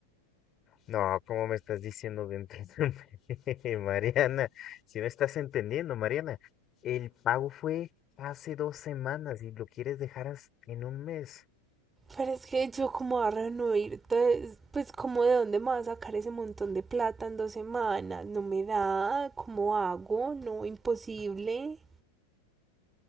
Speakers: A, on the left; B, on the right.
A: No, ¿cómo me estás diciendo de entretenerme, <laughs> Mariana? Si no estás entendiendo, Mariana, el pago fue hace dos semanas y lo quieres dejar as- en un mes.
B: Pero es que yo como a reunir, entonces, pues como de dónde me va a sacar ese montón de plata en dos semanas, no me da, ¿cómo hago? No, imposible.